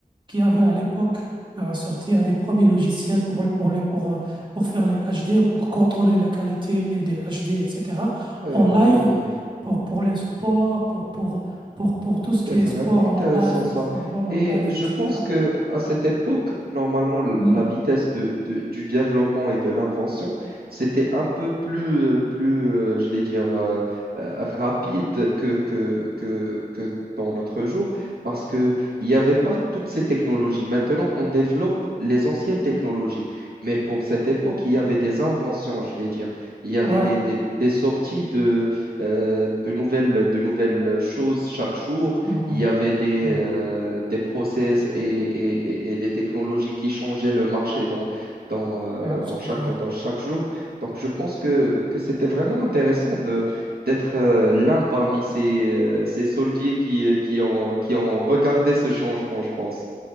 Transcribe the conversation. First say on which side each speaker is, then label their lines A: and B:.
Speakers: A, on the right; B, on the right.
A: qui avait à l'époque euh, sorti un des premiers logiciels pour, le- pour, les- pour, euh, pour faire les HD, pour contrôler la qualité des HD, etc.
B: Euh,
A: En live,
B: ah ouais.
A: pour, pour les sports, pour, pour, pour, pour tout ce qui
B: C'est vraiment
A: est sport
B: intéressant
A: en live,
B: ça.
A: le football en
B: Et
A: live,
B: je
A: etc.
B: pense que à cette époque, normalement, l-
A: Mm.
B: la vitesse de, de- du développement et de l'invention, c'était un peu plus, euh, plus euh, je vais dire, euh, euh, rapide que, que, que, que dans notre jour, parce qu'il n'y avait pas toutes ces technologies. Maintenant, on développe les anciennes technologies. Mais pour cette époque, il y avait des inventions, je vais dire. Il y avait
A: Ouais.
B: des, des, des sorties de, euh, de nouvelles, de nouvelles choses chaque jour
A: Mm.
B: il y avait des,
A: Mm.
B: euh, des process et, et- et- et des technologies qui changeaient le marché dans, dans, euh,
A: Ouais, absolument.
B: dans chaque, dans chaque jour. Donc, je pense que, que c'était vraiment intéressant de, d'être euh, l'un parmi ces, euh, ces soldiers qui, euh, qui ont, qui ont regardé ce changement, je pense.